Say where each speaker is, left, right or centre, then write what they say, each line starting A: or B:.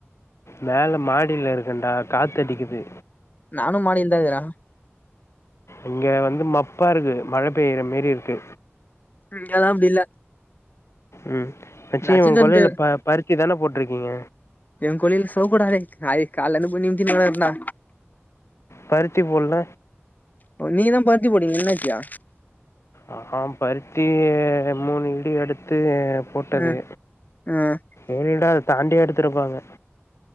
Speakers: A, on the left (about 70°); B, on the left (about 40°).
A: மேலா மாடியில இருக்கன்டா காத்தடிக்குது
B: நானு மாடியில தா இருக்குற
A: இங்க வந்து மப்பா இருக்கு மழ பெய்ற மாரி இருக்கு
B: இங்கெல்லா அப்டி இல்ல
A: ம் மச்சி
B: நட்சத்திரத்து
A: ஒங்க கொல்லையில ப பருத்தி தான போட்டு இருக்கீங்க
B: என் கொல்லையில <unintelligible> காலைல காலைல இருந்து போய் நின்னுட்டு வரேன் டா
A: பருத்தி போடுல
B: ஓ நீங்க தா பருத்தி போடிங்க என்னாச்சா
A: ஆ ஆ பருத்தி மூணு ஈடு எடுத்து போட்டது
B: ம் ம்
A: ஏழுடா அத தாண்டியு எடுத்துருப்பாங்க